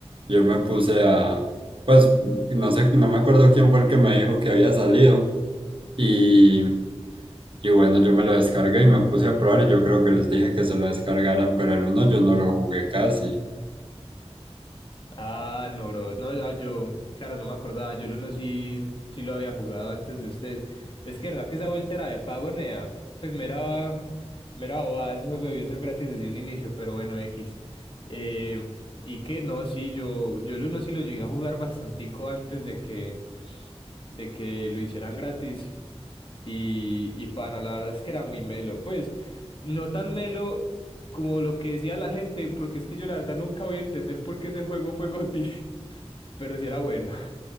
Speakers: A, on the right; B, on the left.
A: yo me puse a, pues, no sé, no me acuerdo quién fue el que me dijo que había salido, y, y bueno, yo me lo descargué y me puse a probar, y yo creo que les dije que se lo descargaran, pero el uno yo no lo jugué casi.
B: Ah, no, bro. No, ya yo, claro, no me acordaba. Yo el uno sí, sí lo había jugado antes de ustedes. Es que verdad que esa vuelta era de pago, nea. Pues mera, mera bobada, ese juego debió ser gratis desde un inicio, pero bueno, X. Eh, y que no, sí, yo, yo el uno sí lo llegué a jugar bastantico antes de que, de que lo hicieran gratis. Y, y pana, la verdad es que era muy melo. Pues, no tan melo como lo que decía la gente, porque es que yo la verdad nunca voy a entender por qué ese juego fue GOTY, <laughs> pero sí era bueno.